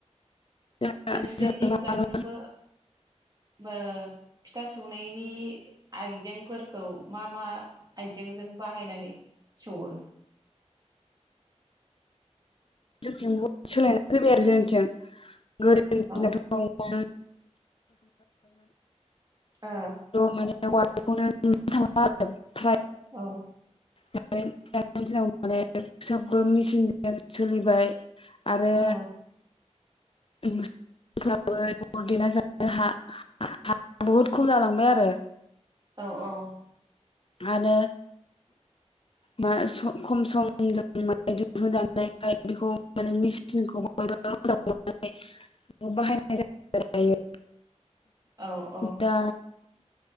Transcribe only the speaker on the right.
नोंसिनिथिं
दासिमबो ओ फिथा सौनायनि आइजेंफोरखौ मा मा आइजेंजों बाहायनानै सौवो
औ
ओ
औ
औ
औ औ
औ औ